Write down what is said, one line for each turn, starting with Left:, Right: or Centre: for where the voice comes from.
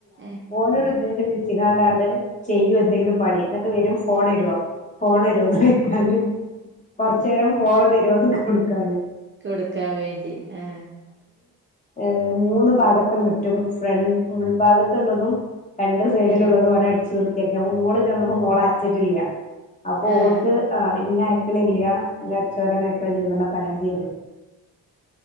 Right: എ
Left: നൊരു ഉദ്ദേശം വെച്ച് കാണ്ടാണ്ട് ചെയ്യും എന്തെങ്കിലും പണി ഇന്നട്ട് വെരും ഫോണെരോ ഫോണെരോ ന്നൊയ്ക്കാൻ കൊർച്ചേരം ഫോണ് തരോ കൊട്ക്കാൻ
Right: കൊട്ക്കാ വേണ്ടി ആ
Left: ഏ മൂന്ന് ഭാഗത്തും മുറ്റും ഫ്രണ്ട് മുൻ ഭാഗത്ത്ള്ളതും രണ്ട് സൈഡിൽ
Right: ആഹ്
Left: ഇള്ളതും ഓന് അടിച്ച് വൃത്തിയാക്കി അപ്പം മോൾ ചെന്ന മോൾ അയ്ചിട്ടില്ല അപ്പം
Right: ആഹ്
Left: ഓൾക്ക് ഏ ഇന്നെ അ ക്ക്ണില്ല ഇന്നെ ച്ചോരാൻ അയ്ക്ക്ണില്ല ന്നുള്ള പരാതി എര്ന്നു